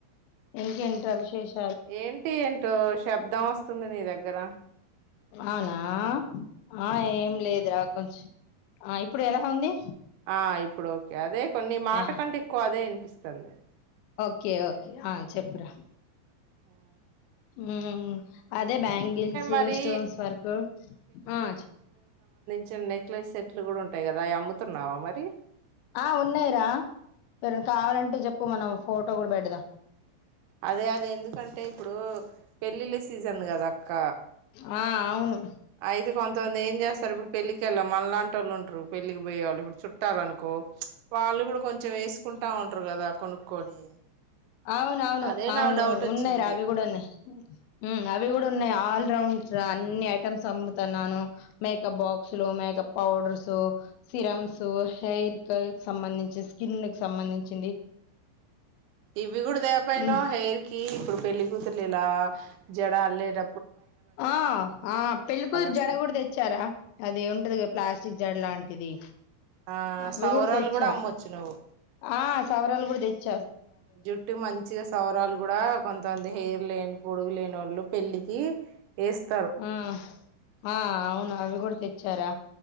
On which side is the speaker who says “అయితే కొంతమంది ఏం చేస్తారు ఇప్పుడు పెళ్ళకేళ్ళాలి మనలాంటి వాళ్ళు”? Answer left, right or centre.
Right